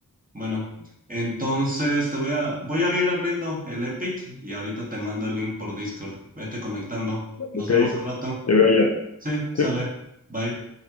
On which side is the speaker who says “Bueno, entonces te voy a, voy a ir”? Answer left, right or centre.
Right